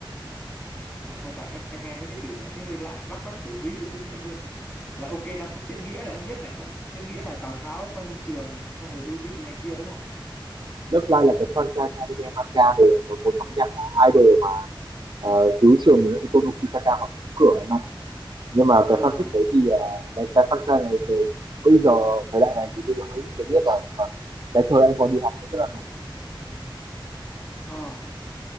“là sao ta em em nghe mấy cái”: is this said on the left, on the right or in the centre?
Left